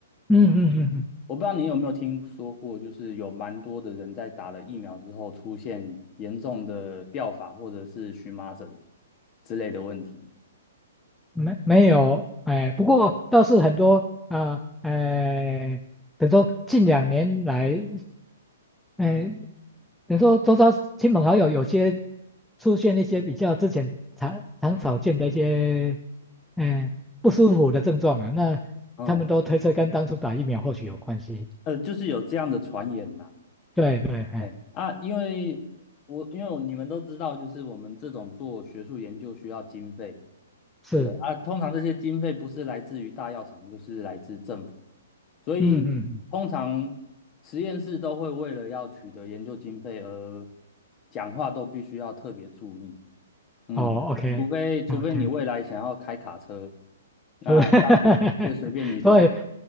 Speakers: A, in the centre; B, on the left (about 25°).
A: 嗯嗯嗯嗯。
B: 我不知道你有没有听说过，就是有蛮多的人在打了疫苗之后出现严重的掉发或者是荨麻疹之类的问题。
A: 没没有，哎，不过倒是很多啊，哎，等于说近两年来，哎，等于说周遭亲朋好友有些出现一些比较之前常常少见的一些，哎，不舒服的症状啊，那他们都推测跟当初打疫苗或许有关系。
B: 嗯，呃，就是有这样的传言呐、
A: 对对，哎，
B: 哎啊，因为我因为我你们都知道，就是我们这种做学术研究需要经费，
A: 是，
B: 对啊，通常这些经费不是来自于大药厂，就是来自政府，所以通常实验室都会为了要取得研究经费而
A: 嗯嗯，嗯
B: 讲话都必须要特别注意，嗯，
A: 哦，OK
B: 除非除非你未来想要开卡车，
A: OK，
B: 那大家可以随便你讲，
A: 是，<laughs> 所以